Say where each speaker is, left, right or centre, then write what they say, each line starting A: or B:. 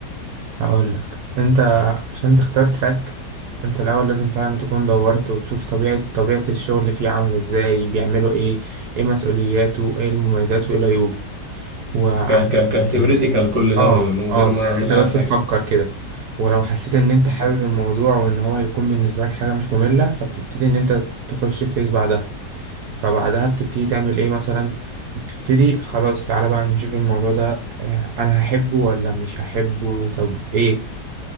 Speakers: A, on the right (about 70°); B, on the right (about 20°).
A: هقول لك انت عشان تختار تراك انت الاول لازم فعلا تكون دورت وتشوف طبيعة طبيعة الشغل اللي فيه عاملة ازاي بيعملوا ايه ايه مسؤولياته ايه المميزات وايه العيوب وعشان
B: ك ك كثيوريتيكال كل ده
A: اه
B: من من
A: اه
B: غير
A: كان
B: ما اعمل
A: انت
B: اي
A: بس
B: حاجه
A: تفكر كده ولو حسيت ان انت
B: بالظبط
A: حابب الموضوع وان هو هيكون بالنسبة لك حاجة مش مملة فبتبتدي ان انت تخش فيس بعدها فبعدها بتبتدي تعمل ايه مثلا بتبتدي خلاص تعالى بقى نشوف الموضوع ده آه، انا هحبه ولا مش هحبه طب ايه